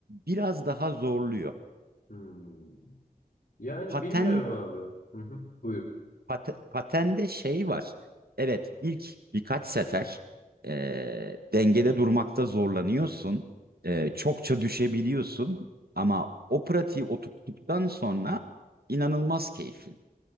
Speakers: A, on the right; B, on the left.
A: biraz daha zorluyor.
B: Hmm. Yani
A: Paten,
B: bilmiyorum abi. Hı hı. Buyur.
A: pat, patende şey var. Evet, ilk birkaç sefer e, dengede durmakta zorlanıyorsun. E, çokça düşebiliyorsun. Ama o pratiği oturttuktan sonra inanılmaz keyifli.